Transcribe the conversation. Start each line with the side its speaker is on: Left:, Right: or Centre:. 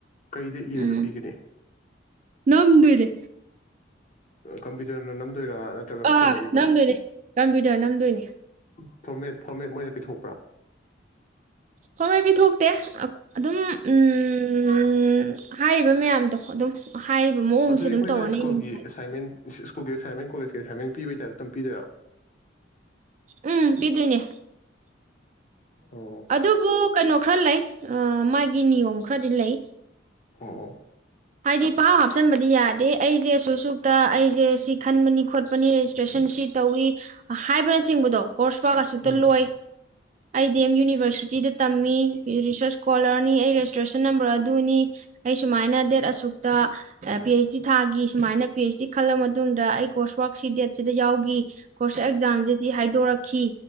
Left: ꯀꯩꯗ ꯏꯔꯒ
Right: ꯎꯝ
Left: ꯄꯤꯒꯅꯤ
Right: ꯅꯝꯗꯣꯏꯅꯦ
Left: ꯀꯝꯄ꯭ꯌꯨꯇꯔꯅ ꯅꯝ ꯗꯣꯏꯔꯥ ꯅꯠꯇ꯭ꯔꯒ
Right: ꯑꯥ
Left: ꯈꯣꯠꯅꯏꯕ
Right: ꯅꯝꯗꯣꯏꯅꯦ ꯀꯝꯄ꯭ꯌꯨꯇꯔ ꯅꯝꯗꯣꯏꯅꯦ
Left: ꯐꯣꯔꯃꯦꯠ ꯐꯣꯔꯃꯦꯠ ꯃꯣꯏꯅ ꯄꯤꯊꯣꯛ ꯄꯔꯥ
Right: ꯍꯣꯏ ꯍꯣꯏ ꯄꯤꯊꯣꯛꯇꯦ ꯑꯗꯨꯝ ꯎꯝ ꯍꯥꯏꯔꯤꯕ ꯃꯌꯥꯝꯗꯣ ꯑꯗꯨꯝ ꯍꯥꯏꯔꯤꯕ ꯃꯑꯣꯡꯁꯦ
Left: ꯑꯗꯨꯗꯤ
Right: ꯑꯗꯨꯝ
Left: ꯑꯩꯈꯣꯏꯅ
Right: ꯇꯧꯔꯅꯤ
Left: ꯁ꯭ꯀꯨꯜꯒꯤ
Right: ꯑꯩꯅ ꯉꯁꯥꯏ
Left: ꯑꯦꯁꯥꯏꯟꯃꯦꯟꯇ ꯑꯁ ꯁ ꯁ꯭ꯀꯜꯒꯤ ꯑꯦꯁꯥꯏꯟꯃꯦꯟꯇ ꯀꯣꯂꯦꯖꯀꯤ ꯑꯦꯁꯥꯏꯟꯃꯦꯟꯇ ꯄꯤꯕꯒꯤ ꯇꯥꯢꯞꯇ ꯇꯪ ꯄꯤꯗꯣꯢꯔ
Right: ꯎꯝ ꯄꯤꯗꯣꯏꯅꯦ
Left: ꯑꯣ
Right: ꯑꯗꯨꯕꯨ ꯀꯩꯅꯣ ꯈꯔ ꯂꯩ ꯑꯥ ꯃꯥꯒꯤ ꯅꯤꯌꯣꯝ ꯈꯔꯗꯤ ꯂꯩ
Left: ꯑꯣ ꯑꯣ
Right: ꯍꯥꯏꯗꯤ ꯄꯥꯍꯥꯞ ꯍꯥꯞꯆꯤꯟꯕꯗꯤ ꯌꯥꯗꯦ ꯑꯩꯁꯦ ꯁꯨ ꯁꯨꯛꯇ ꯑꯩꯁꯦ ꯁꯤ ꯈꯟꯕꯅꯤ ꯈꯣꯠꯄꯅꯤ ꯔꯦꯖꯤꯁꯇ꯭ꯔꯦꯁꯟ ꯁꯤ ꯇꯧꯏ ꯑ ꯍꯥꯏꯕꯅ ꯆꯤꯡꯕꯗꯣ ꯀꯣꯔꯁ ꯄꯥꯥꯕ ꯑꯁꯨꯛꯇ
Left: ꯎꯝ
Right: ꯂꯣꯏ ꯑꯩ ꯗꯤ ꯑꯦꯝ ꯌꯨꯅꯤꯚꯔꯁꯤꯇꯤꯗ ꯇꯝꯃꯤ ꯔꯤꯁꯔꯁ ꯁꯀꯣꯂꯔꯅꯤ ꯑꯩ ꯔꯦꯖꯤꯁꯇ꯭ꯔꯦꯁꯟ ꯅꯝꯕꯔ ꯑꯗꯨꯅꯤ ꯑꯩ ꯁꯨꯃꯥꯏꯅ ꯗꯦꯠ ꯑꯁꯨꯛꯇ ꯑ ꯄꯤ ꯑꯩꯆ ꯗꯤ ꯊꯥꯈꯤ ꯁꯨꯃꯥꯏꯅ ꯄꯤ ꯑꯩꯆ ꯗꯤ ꯈꯜꯂ ꯃꯇꯨꯡꯗ ꯑꯩ ꯀꯣꯔꯁ ꯋꯥꯔꯛꯁꯤ ꯗꯦꯠꯁꯤꯗ ꯌꯥꯎꯈꯤ ꯀꯣꯔꯁ ꯑꯦꯛꯖꯥꯝꯁꯤꯗꯤ ꯍꯥꯏꯗꯣꯔꯛꯈꯤ